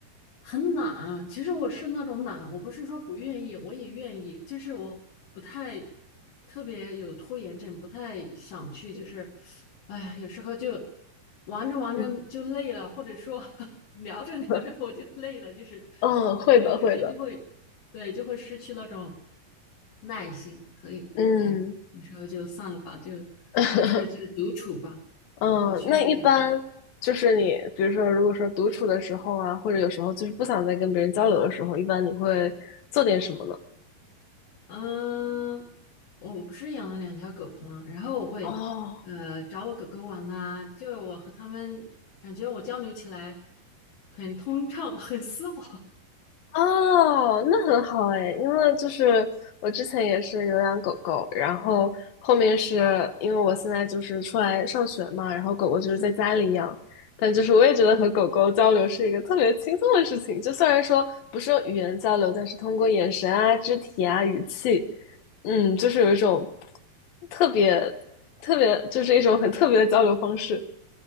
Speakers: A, on the left (about 55°); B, on the left (about 75°).
A: 很懒。其实我是那种懒，我不是说不愿意，我也愿意，就是我不太特别有拖延症，不太想去，就是，哎，有时候就玩着玩着就累了，
B: 嗯
A: 或者说 <laughs> 聊着聊着我就累了，
B: <laughs>
A: 就是
B: 嗯，
A: 和朋友之间就会。
B: 会的，会的，
A: 对，就会失去那种耐心，所以哎，
B: 嗯。
A: 有时候就算了吧，就
B: <laughs>
A: 还是就独处吧。
B: 嗯，
A: 我去，
B: 那一般就是你，比如说，如果说独处的时候啊，或者有时候就是不想再跟别人交流的时候，一般你会做点什么呢？
A: 嗯、我不是养了两条狗吗？然后我会呃找我狗狗玩呐、
B: 哦，
A: 就是我和它们感觉我交流起来很通畅，很丝滑。
B: 哦，那很好哎，因为就是我之前也是有养狗狗，然后后面是因为我现在就是出来上学嘛，然后狗狗就是在家里养，但就是我也觉得和狗狗交流是一个特别轻松的事情，就虽然说不是用语言交流，但是通过眼神啊、肢体啊、语气，嗯，就是有一种特别特别，就是一种很特别的交流方式。